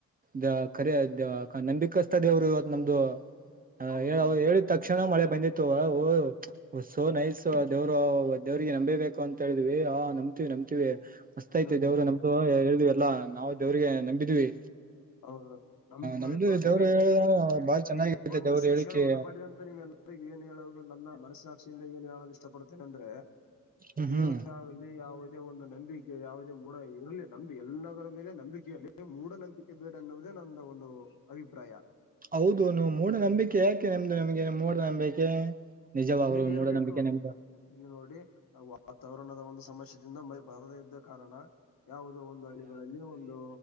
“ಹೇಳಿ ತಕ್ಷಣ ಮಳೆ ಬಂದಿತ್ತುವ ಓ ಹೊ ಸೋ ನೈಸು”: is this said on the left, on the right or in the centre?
Right